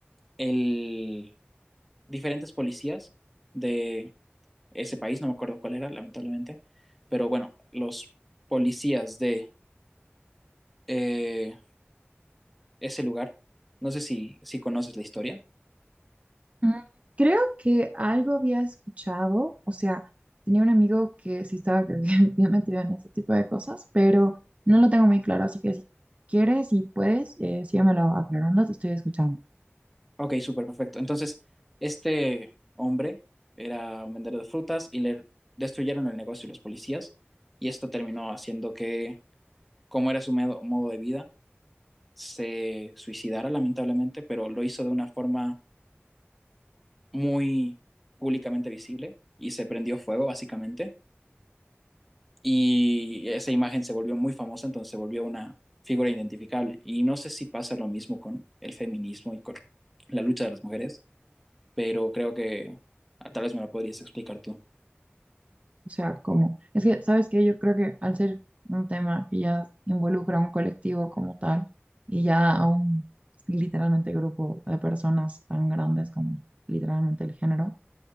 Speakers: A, in the centre; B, on the right (about 30°).
A: el, diferentes policías de ese país, no me acuerdo cuál era, lamentablemente, pero bueno, los policías de eh, ese lugar, no sé si, si conoces la historia.
B: Mm, Creo que algo había escuchado, o sea, tenía un amigo que sí estaba creo que <laughs> bien metido en este tipo de cosas, pero no lo tengo muy claro, así que si quieres y puedes, eh, síguemelo aclarando, te estoy escuchando.
A: Ok, súper perfecto. Entonces, este hombre era un vendedor de frutas y le destruyeron el negocio los policías y esto terminó haciendo que, como era su modo, modo de vida, se suicidara lamentablemente, pero lo hizo de una forma muy públicamente visible y se prendió fuego básicamente. Y esa imagen se volvió muy famosa, entonces se volvió una figura identificable. Y no sé si pasa lo mismo con el feminismo y con la lucha de las mujeres, pero creo que ah, tal vez me lo podrías explicar tú.
B: O sea, como, es que, ¿sabes qué? Yo creo que al ser un tema que ya involucra a un colectivo como tal y ya a un literalmente grupo de personas tan grandes como literalmente el género,